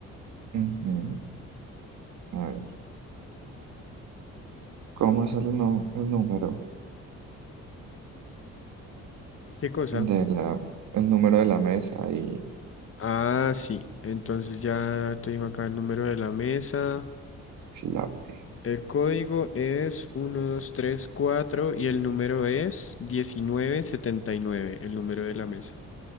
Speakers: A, on the right; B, on the left.
A: Ujú. A ver, ¿cómo es el, nu- el número
B: ¿Qué cosa?
A: de la, el número de la mesa y
B: Ah, sí. Entonces ya te dijo acá el número de la mesa.
A: la clave?
B: El código es 1234 y el número es diecinueve setenta y nueve. el número de la mesa.